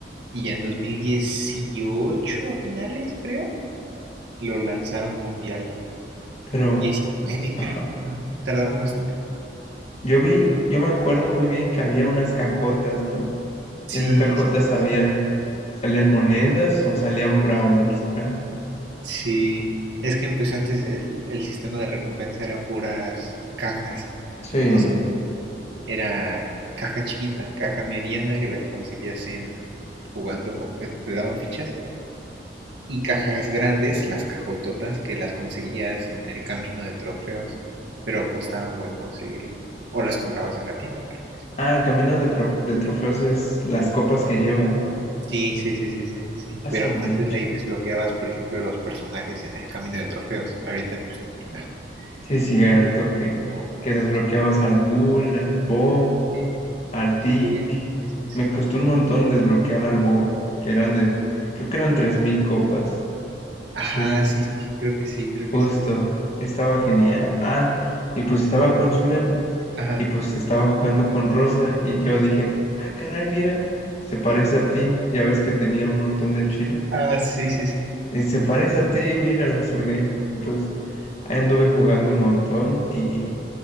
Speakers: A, on the right; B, on the left.
A: y ya en 2018 a finales, creo, lo lanzaron mundial.
B: pero,
A: 19,
B: ajá.
A: creo. Ajá, Tardaron bastante.
B: Yo vi, yo me acuerdo muy bien que había unas cajotas, ¿no?
A: Sí,
B: Esas cajotas
A: sí, sí,
B: sabían,
A: sí. sí.
B: salían monedas o salían brawlers, ¿verdad?
A: Sí, es que pues antes el, el sistema de recompensa era puras cajas.
B: Sí.
A: O sea, era caja chiquita, caja mediana que la conseguías en jugando con que te daban fichas y cajas grandes, las cajototas, que las conseguías en el camino de trofeos, pero costaban buen conseguirlas. O las comprabas en la tienda, pero pues no.
B: Ah, el camino de, cro- de trofeos es las copas que llevas, ¿no?
A: Sí, sí, sí, sí, sí, sí, sí.
B: A
A: Pero
B: su mecha.
A: antes ahí desbloqueabas, por ejemplo, los personajes en el camino de trofeos. Ahorita, pues, no.
B: Sí, es cierto
A: Lo-
B: que,
A: no,
B: que desbloqueabas
A: otro.
B: al Bull, al Bo,
A: Sí,
B: al Tic.
A: sí, sí, sí, sí.
B: Me costó un montón desbloquear al Bo, que eran de, creo que eran 3.000 copas.
A: Ajá,
B: Sí, sí, sí.
A: sí, sí, sí, creo que sí, creo
B: Justo,
A: que sí, creo que
B: estaba genial. Ah, y pues estaba con Zulem
A: Ajá.
B: y pues estaba jugando con Rosa y yo dije, ah, caray, mira, se parece a ti, ya ves que tenía un montón de chinos.
A: Ah, sí, sí, sí.
B: Y se parece a ti, mira la Zulem. Y pues ahí anduve jugando un montón y,